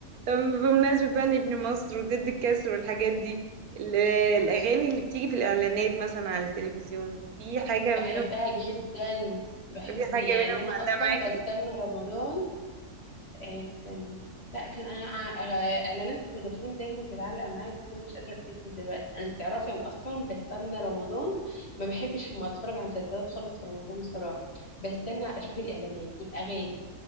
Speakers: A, on the right (about 75°); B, on the left (about 45°).
A: طب بمناسبة بقى إن ابن مصر وضد الكسر والحاجات دي ال- الأغاني اللي بتيجي في الإعلانات مثلا على التلفزيون في حاجة
B: بحبها
A: منهم
B: جدا بحب
A: في حاجة
B: يعني
A: منهم
B: انا
A: معلقة
B: اصلا
A: معاكي
B: بستنى رمضان آه، استنى لا كان انا ع- آه، اعلانات فودافون دايما بتعلق معايا بس انا مش قادره افتكر دلوقتي انا تعرفي انا اصلا بستنى رمضان ما بحبش ما اتفرج على مسلسلات خالص في رمضان الصراحه بستنى اشوف الاعلانات والاغاني